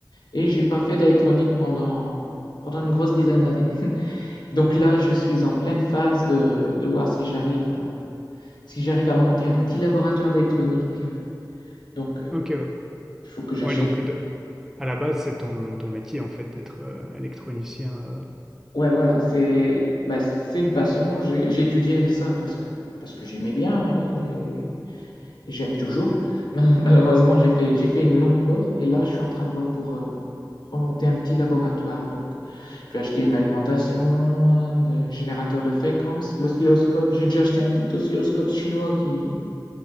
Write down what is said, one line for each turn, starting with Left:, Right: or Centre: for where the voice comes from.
Left: et j'ai pas fait d'électronique pendant, pendant une grosse dizaine d'années. Donc là, je suis en pleine phase de, de voir si j'arrive à, si j'arrive à monter un petit laboratoire d'électronique. Donc, il euh,
Centre: Ok, ouais.
Left: faut que j'achète
Centre: Ouais, donc de- à la base, c'est ton, ton métier en fait d'être euh, électronicien. euh.
Left: Ouais, voilà, c'est bah, c'est une passion. J'ai j'ai étudié ça parce que, parce que j'aimais bien hein, et, et j'aime toujours. <laughs> Malheureusement, j'ai fait, j'ai fait une longue pause et là, je suis en train de voir pour euh, remonter un petit laboratoire. Donc, je vais acheter une alimentation, des générateurs de fréquences, l'oscilloscope. J'ai déjà acheté un petit oscilloscope chinois qui,